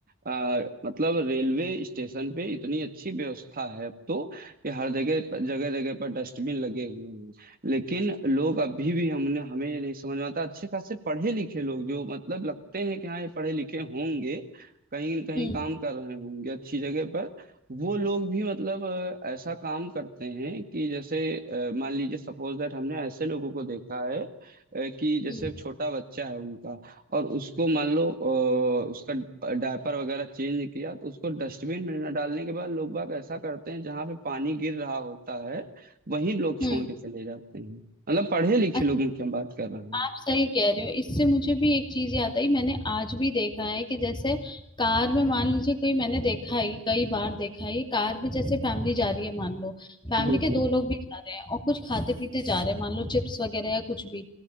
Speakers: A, on the right (about 40°); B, on the left (about 20°).
A: आ, मतलब रेलवे स्टेशन पे इतनी अच्छी व्यवस्था है अब तो कि हर जगह जगह जगह पर डस्टबिन लगे हुए हैं लेकिन लोग अभी भी हमने हमें ये नहीं समझ में आता अच्छे खासे पढ़े लिखे लोग जो मतलब लगते हैं कि हाँ ये पढ़े लिखे होंगे कहीं न कहीं
B: हम्म
A: काम कर रहे होंगे अच्छी जगह पर वो लोग भी मतलब अ, ऐसा काम करते हैं कि जैसे अ, मान लीजिए सपोज दैट हमने ऐसे लोगों को देखा है अ, कि जैसे
B: हम्म
A: छोटा बच्चा है उनका और उसको मान लो अ, उसका डायपर वगैरह चेंज किया तो उसको डस्टबिन में न डालने के बाद लोग बाग ऐसा करते हैं जहाँ पे पानी गिर रहा होता है वहीं लोग छोड़
B: हम्म
A: के चले जाते हैं मतलब पढ़े लिखे
B: अच्छा
A: लोगों की हम बात कर रहे हैं
B: आप सही कह रहे हो इससे मुझे भी एक चीज याद आई मैंने आज भी देखा है कि जैसे कार में मान लीजिए कोई मैंने देखा है कई बार देखा है ये कार में जैसे फैमिली जा रही है मान लो फैमिली
A: बिल्कुल
B: के दो लोग भी जा रहे हैं और कुछ खाते पीते जा रहे हैं मान लो चिप्स वगैरह या कुछ भी